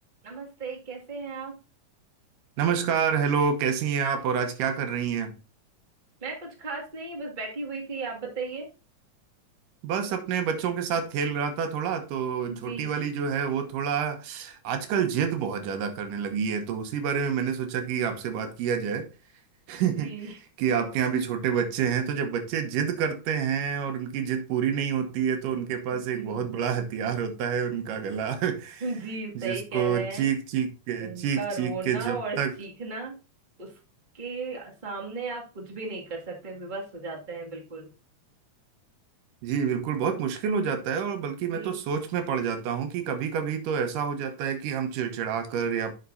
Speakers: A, on the right; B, on the right.
A: नमस्ते कैसे हैं आप
B: नमस्कार हेलो कैसी हैं आप और आज क्या कर रही हैं
A: मैं कुछ खास नहीं बस बैठी हुई थी आप बताइए
B: बस अपने बच्चों के साथ खेल रहा था थोड़ा तो छोटी
A: जी
B: वाली जो है वो थोड़ा आजकल जिद बहुत ज्यादा करने लगी है तो उसी बारे में मैंने सोचा कि आपसे बात किया जाए <laughs>
A: जी
B: कि आपके यहाँ भी छोटे बच्चे हैं तो जब बच्चे जिद करते हैं और उनकी जिद पूरी नहीं होती है तो उनके पास
A: जी
B: एक बहुत बड़ा हथियार होता है उनका गला
A: जी
B: <laughs>
A: सही
B: जिसको
A: कह रहे हैं
B: चीख चीख के
A: उनका
B: चीख चीख
A: रोना
B: के जब
A: और
B: तक
A: चीखना उसके सामने आप कुछ भी नहीं कर सकते विवश हो जाते हैं बिल्कुल
B: जी बिल्कुल बहुत मुश्किल हो जाता है और बल्कि मैं
A: जी
B: तो सोच में पड़ जाता हूँ कि कभी कभी तो ऐसा हो जाता है कि हम चिड़चिड़ा कर या